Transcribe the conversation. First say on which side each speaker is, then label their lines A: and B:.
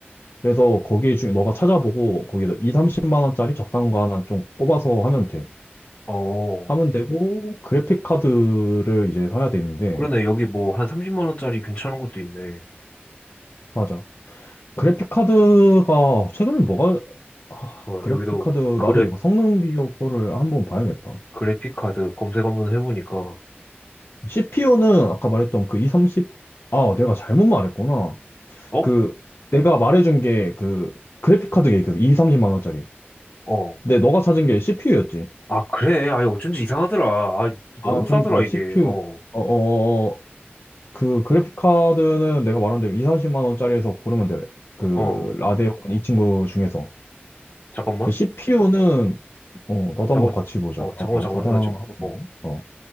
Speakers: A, on the left; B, on the left.
A: 그래서 거기 중에 너가 찾아보고 거기서 2, 30만 원짜리 적당한 거 하나 좀 꼽아서 하면 돼.
B: 어.
A: 하면 되고, 그래픽 카드를 이제 사야 되는데,
B: 그러네. 여기 뭐, 한 30만 원짜리 괜찮은 것도 있네.
A: 맞아. 그래픽 카드가, 최근에 뭐가, 아,
B: 어,
A: 그래픽
B: 여기도
A: 카드,
B: 그래
A: 나도 이거 성능 비교 거를 한번 봐야겠다.
B: 그래픽 카드 검색 한번 해보니까
A: CPU는 아까 말했던 그 230, 아, 내가 잘못 말했구나.
B: 어?
A: 그, 내가 말해준 게 그, 그래픽 카드 얘기해서 230만 원짜리.
B: 어.
A: 근데 너가 찾은 게 CPU였지.
B: 아, 그래. 아 어쩐지 이상하더라. 아, 너무
A: 아, 그러니까
B: 싸더라, 이게.
A: CPU.
B: 어,
A: 어어어 그 그래픽 카드는 내가 말한 대로 2, 30만 원짜리에서 고르면 돼. 그
B: 어.
A: 라데온 이 친구 중에서.
B: 잠깐만.
A: 근데 CPU는 어 나도
B: 잠깐만.
A: 한번 같이 보자.
B: 어, 잠깐만,
A: 나도
B: 잠깐만.
A: 다양하거든.
B: 나 지금. 어.
A: 어